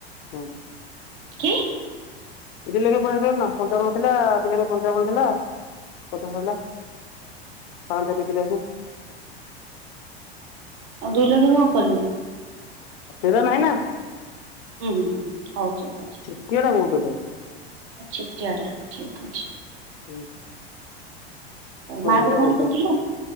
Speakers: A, on the left; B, on the right.
A: ହୁଁ।
B: କି
A: ଦି ଲେଖା ଟଙ୍କ ନା ପଞ୍ଚାବନ ଥିଲା ଦି ଲକ୍ଷ ପଞ୍ଚାବନ ଥିଲା ପଚାଶ ହେଲା। କଣ ସେ ଦେଇଥିଲା କି?
B: ଆଉ ଦୁଇ ଲକ୍ଷ୍ୟ କଣ କଲୁ?
A: କ୍ଷୀର ନାହିଁ ନା।
B: ହୁଁ ହୁଁ ହଉ ଠିକ ଅଛି।
A: କିଏଟା କହୁଛୁ ତୁ?
B: ଚିଟିଆଟା ଠିକ୍ ଅଛି।
A: ହୁଁ। ହଁ
B: ମା
A: ଭଜା
B: କୁ ଫୋନ୍
A: ରେଡି
B: କରିଥିଲୁ